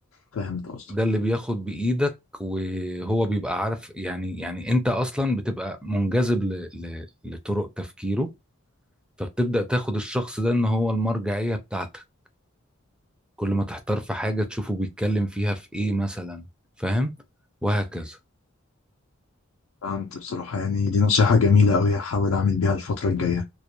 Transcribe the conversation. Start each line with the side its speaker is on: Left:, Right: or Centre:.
Left: فهمت قصدك
Centre: ده اللي بياخد بإيدك وهو بيبقى عارف يعني يعني انت اصلا بتبقى منجذب ل... ل... لطرق تفكيره فبتبدأ تاخد الشخص ده ان هو المرجعية بتاعتك كل ما تحتار في حاجة تشوفه بيتكلم فيها في ايه مثلا فاهم وهكذا
Left: فهمت بصراحة يعني دي نصيحة جميلة أوي هحاول أعمل بيها الفترة الجاية